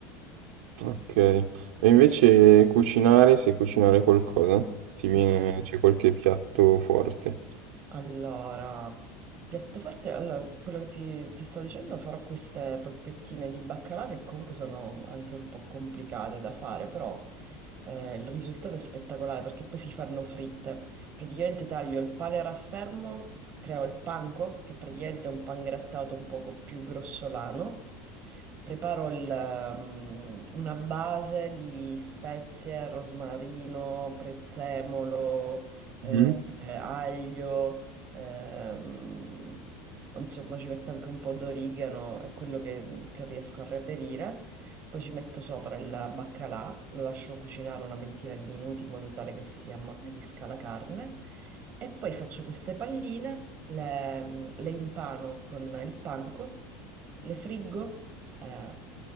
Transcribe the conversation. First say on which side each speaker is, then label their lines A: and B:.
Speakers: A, on the right; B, on the right.
A: ok. E invece cucinare, se cucinare qualcosa, ti
B: quello.
A: viene, c'è qualche piatto forte.
B: Allora, piatto forte, allora, quello che ti, ti stavo dicendo, farò queste polpettine di baccalà che comunque sono anche un po' complicate da fare, però eh, il risultato è spettacolare perché poi si fanno fritte. Praticamente taglio il pane a raffermo, creo il panko, che praticamente è un pan grattato un poco più grossolano. Preparo il, ehm, una base di spezie, rosmarino, prezzemolo, eh,
A: Mhm.
B: eh, aglio. Ehm, insomma, ci metto anche un po' d'origano, è quello che, che riesco a reperire. Poi ci metto sopra il baccalà, lo lascio cucinare una ventina di minuti in modo tale che si ammorbidisca la carne. E poi faccio queste palline, le, le impano con il panco, le friggo, eh,